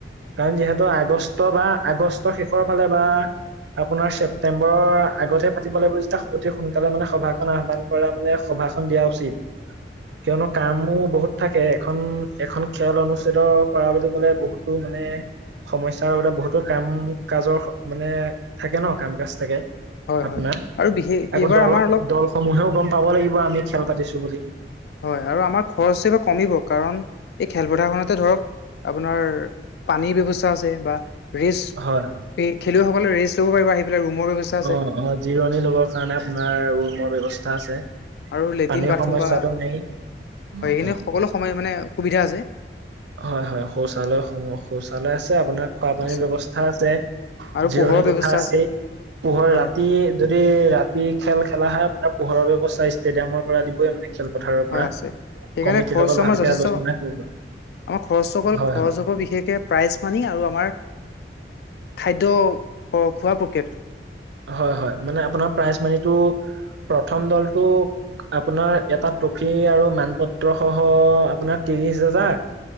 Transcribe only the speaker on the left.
<unintelligible>
হয় হয়
আৰু বিশেষ
এইবাৰ
আমাৰ অলপ
হয় আৰু আমাৰ খৰচ এইবাৰ কমিব কাৰণ এই খেলপথাৰখনতে ধৰক আপোনাৰ পানীৰ ব্যৱস্থা আছে বা ৰেষ্ট,
খেলুৱৈসকলে ৰেষ্ট ল'ব পাৰিব আহি পেলাই ৰুমৰ ব্যৱস্থা আছে
আৰু লেট্ৰিন
বাথৰুম
বা হয়,
সেইখিনি
সকলো সময় মানে সুবিধা আছে।
আছে
আৰু
পোহৰৰ
ব্যৱস্থা
হয়
হয়
আছে সেইকাৰণে
খৰচটো
আমাৰ
যথেষ্ট
আমাৰ খৰচ অকল,
খৰচ
হব বিশেষকে প্ৰাইজ মানি আৰু আমাৰ খাদ্য, খোৱা প্ৰক্ৰিয়াত।